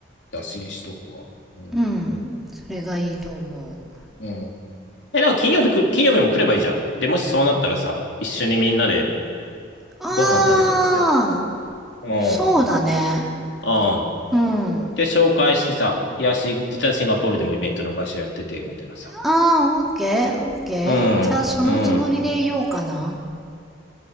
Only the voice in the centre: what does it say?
うん。それがいいと思う。
ああ、
そうだね。
うん。
ああ、オッケー、オッケー。
じゃあそのつもりでいようかな。